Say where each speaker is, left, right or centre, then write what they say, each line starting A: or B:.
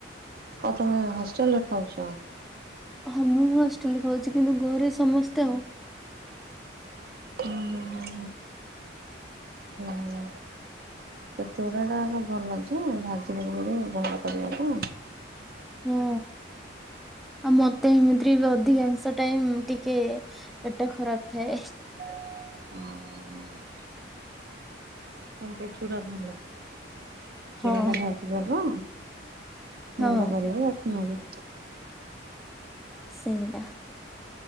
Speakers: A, on the right; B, in the centre.
A: ଆଉ ତମେ ହଷ୍ଟେଲରେ ଖାଉଛ?
B: ହଁ, ମୁଁ ହଷ୍ଟେଲରେ ଖାଉଛି, କିନ୍ତୁ ଘରେ ସମସ୍ତେ ଆଉ।
A: ହୁଁ-ହୁଁ-ହୁଁ। ଭଲ। ତ ଚୁଡ଼ାଟା ଆଗ ଭଲ ଯେ, ଭାଜି ଦେଇକିରି ଗୁଣ୍ଡ କରିବାକୁ।
B: ହୁଁ। ଆଉ ମତେ ଏମିତିରେ ବି ଅଧିକାଂଶ ଟାଇମ ଟିକେ ପେଟ ଖରାପ ଥାଏ।
A: ହୁଁ <unintelligible> ବେ ଚୁଡ଼ା ଭଲ। <unintelligible>
B: ହଁ
A: ଚୁଡା ଟା ଭାଜିିଦବ
B: ହଁ
A: ଗୁଣ୍ଡ କରିକି ରଖିିନବ।
B: ସେଇନା।